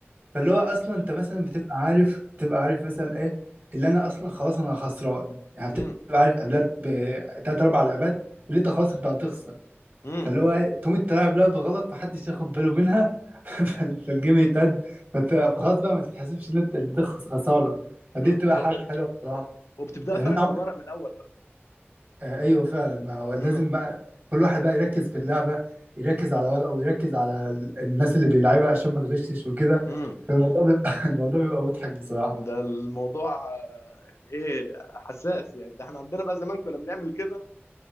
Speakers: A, on the right; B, on the left.
A: فاللي هو اصلا انت مثلا بتبقى عارف بتبقى عارف مثلا ايه اللي انا اصلا خلاص انا خسران يعني بتبقى
B: امم
A: عارف قبلها بثلاث اربع لعبات اللي انت خلاص انت هتخسر
B: امم
A: فاللي هو تقوم تلعب لعبة غلط محدش ياخد باله منها <laughs> فال- فالجيم يتقد فت- فخلاص بقى ما تتحسبش ان انت اللي ده خس- خسارة فدي
B: امم
A: بتبقى
B: طب
A: حاجة حلوة بصراحة
B: وبتبدأ
A: يعني
B: تراجع
A: انا عمري
B: الورق من الاول بقى
A: آه، ايوه فعلا ما هو لازم
B: امم
A: بقى كل واحد بقى يركز في اللعبة يركز على ورقه ويركز على ال- الناس اللي بيلعبها عشان ما تغشش وكده
B: امم
A: فالموضوع بيبقى <laughs> الموضوع بيبقى مضحك بصراحة
B: ده الموضوع آه، يعني ايه حساس يعني ده احنا عندنا بقى زمان كنا بنعمل كده